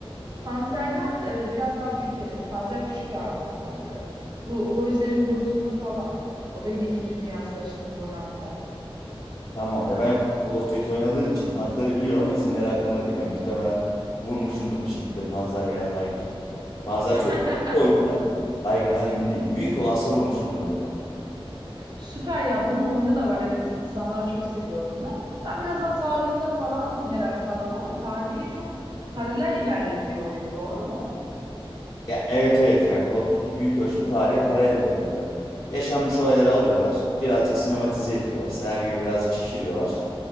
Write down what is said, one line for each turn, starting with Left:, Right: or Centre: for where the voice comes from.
Right: Panzer'den e, biraz daha büyük evet. Panzer küçük bir Alman tankı. Bu Hojler'in boyutunda falan. O da yine İkinci Dünya Savaşı'nda kullanılan bir tank.
Left: Tamam de ben yok Call of Duty oynadığım için tankları biliyorum ama isimleri aklımda değil. ya muhtemelen vurmuşumdur bir şekilde Panzer veya Tiger. Ya Panzer
Right: <laughs>
Left: çok vurdum da oyunda. Tiger'dan emin değilim. Büyük olansa vurmuşumdur onu da.
Right: Süper ya. Bunun oyunu da var. Evet, insanlar çok seviyor oyununu. Ben biraz daha tarihine falan merak saldım ama tarihe çok paralel ilerliyor diyor oyun. Doğru mu?
Left: Ya evet evet ya Call of Duty büyük ölçüde tarihe paralel ilerliyor. Yaşanmış olayları alıyorlar. Birazcık sinematize ediyorlar. Senaryoyu birazcık şişiriyorlar.